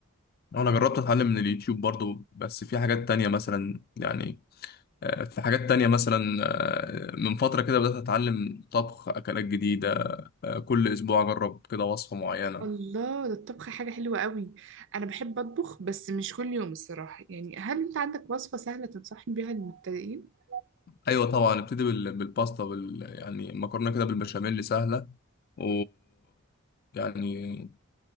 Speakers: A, on the left; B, on the right.
A: انا جربت اتعلم من اليوتيوب برضو بس في حاجات تانية مثلا يعني آه، في حاجات تانية مثلا آه، من فترة كده بدأت أتعلم طبخ أكلات جديدة آه، كل أسبوع أجرب كده وصفة معينة
B: الله ده الطبخ حاجة حلوة قوي أنا بحب أطبخ بس مش كل يوم الصراحة يعني هل أنت عندك وصفة سهلة تنصحني بيها للمبتدئين؟
A: ايوه طبعا ابتدي بال- بالباستا بال... يعني مكرونه كده بالبشاميل سهله و يعني